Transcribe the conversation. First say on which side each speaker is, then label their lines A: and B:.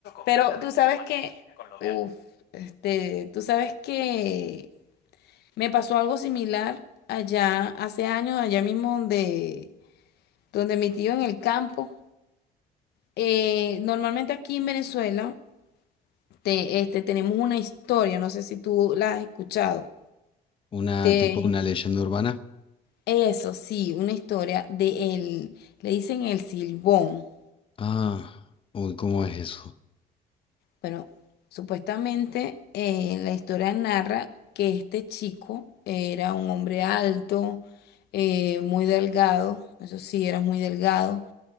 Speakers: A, on the left (about 75°); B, on the left (about 30°).
A: pero tú sabes que, uff, este, tú sabes que me pasó algo similar allá hace años, allá mismo donde donde mi tío en el campo. Eh, normalmente aquí en Venezuela te- este, tenemos una historia, no sé si tú la has escuchado.
B: una
A: De
B: tipo una leyenda urbana.
A: eso, sí, una historia de el, le dicen el Silbón.
B: Ah, uy, ¿cómo es eso?
A: Bueno, supuestamente eh, la historia narra que este chico era un hombre alto, eh, muy delgado, eso sí, era muy delgado.